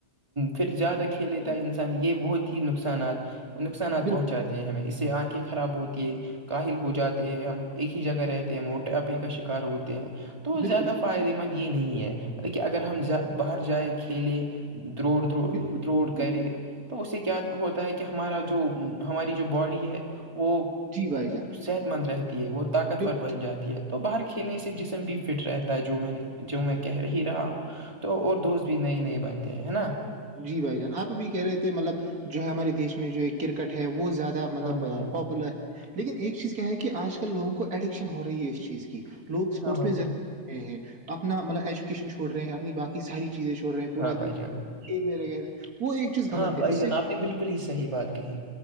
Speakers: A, on the right (about 20°); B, on the right (about 70°).
A: پھر زیادہ
B: جی
A: کھیل
B: بھائی
A: لیتا
B: جان
A: ہے انسان یہ بہت ہی نقصانات نقصان
B: بالکل
A: پہنچاتے ہیں ہمیں اس سے آنکھیں خراب ہوتی ہے کاہل ہو جاتے ہیں ہم ایک ہی جگہ رہتے ہیں موٹے آپے کا شکار ہوتے ہیں تو
B: بالکل
A: زیادہ
B: صحیح،
A: فائدے مند یہ نہیں ہےط کہ اگر ہم باہر جائیں کھیلے دڑ دروڑ
B: بالکل، بالکل صحیح،
A: کرے تو اس سے کیا ہوتا ہے کہ ہمارا جو ہماری جو باڈی ہے وہ
B: جی بھائی جان،
A: صحت مند رہتی ہے وہ طاقتور
B: بالکل،
A: بن جاتی ہے تو باہر کھیلنے سے جسم بھی فٹ رہتا ہے جو میں نے جو میں کہہ ہی رہا ہوں تو اور دوست بھی نئے نئے بنتے ہے نا
B: جی بھائی جان آپ بھی کہہ رہے تھے مطلب جو ہے ہمارے دیش میں جو کرکٹ ہے وہ زیادہ مطلب
A: ہاں بھائی جان
B: پاپولر لیکن ایک چیز کیا ہے کہ آج کل لوگوں کو ایڈکشن ہو رہی ہے اس چیز کی لوگ اسپورٹس
A: ہاں بھائی
B: میں
A: جان
B: رہے ہیں اپنا مطلب ایجوکیشن چھوڑ رہے ہیں اپنی باقی ساری چیزیں چڑ رہے ہیں پورا
A: ہاں بھائی
B: دن
A: جان
B: یہ میرے گے وہ ایک چیز غلط
A: ہاں بھائی
B: ہے اس
A: جان
B: سے
A: آپ نے بالکل ہی صحیح بات کہی